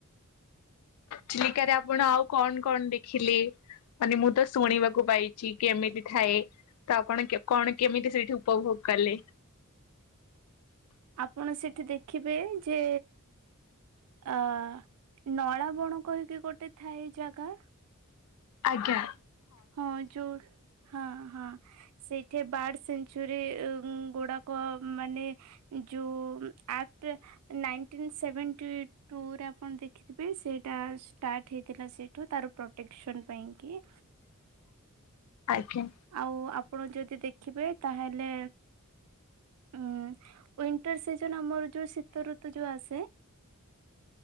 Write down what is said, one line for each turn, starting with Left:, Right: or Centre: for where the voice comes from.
Left: ଚିଲିକାରେ ଆପଣ ଆଉ କଣ କଣ ଦେଖିଲେ? ମାନେ ମୁଁ ତ ଶୁଣିବାକୁ ପାଇଚି କେମିତି ଥାଏ। ତ ଆପଣ କଣ କେମିତି ସେଇଠି ଉପଭୋଗ କଲେ?
Right: ଆପଣ ସେଠି ଦେଖିବେ ଯେ ଆ ନଳା ବଣ କହିକି ଗୋଟେ ଥାଏ ଜାଗା
Left: ଆଜ୍ଞା।
Right: ହଁ ଜୋ ହଁ ହଁ। ସେଇଠି ବାର୍ଡ ସେଚୁରୀ ଗୁଡାକ ମାନେ ଯେଉ ଆକ୍ଟ। ନାଇଟିନସେଭେଣ୍ଟିଟ୍ୱ ରେ ଆପଣ ଦେଖିଥିବେ ସେଇଟାଷ୍ଟାଟେ ହେଇଥିଲା ସେଠୁ। ଟେକ୍ସନ୍ ପାଇଁ କିି?
Left: ଆଜ୍ଞା।
Right: ଆଉ ଆପଣ ଯଦି ଦେଖିବେ ତାହେଲେ ଉଁ ୱିଣ୍ଟର ସିଜନ ଆମର ଯେଉଁ ଶୀତ ଋତୁ ଯେଉଁ ଆସେ।